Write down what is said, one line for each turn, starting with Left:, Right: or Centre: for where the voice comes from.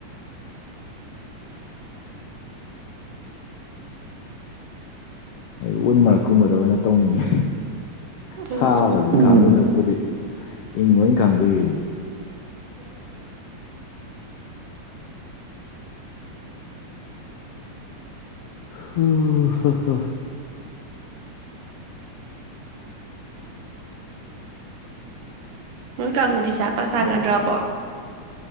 Left: <inaudible> ꯑꯩ ꯎꯟ ꯃꯔꯛꯀꯨꯝꯕꯗ ꯑꯣꯏꯅ ꯇꯧꯅꯤꯡꯉꯤ
Right: ꯎꯝ
Left: ꯁꯥꯕꯁꯤ
Right: ꯎꯝ
Left: ꯈꯥꯡꯒ ꯁꯛꯄꯨꯗꯤ ꯏꯪ ꯂꯣꯏ ꯈꯥꯡꯖꯒꯦ
Right: ꯑꯣ
Left: ꯍꯣꯏ ꯍꯣ ꯍꯣ
Right: ꯅꯣꯏ ꯀꯥꯡꯕꯨꯗꯤ ꯁꯥꯀ ꯁꯥꯟꯅꯗ꯭ꯔꯕꯣ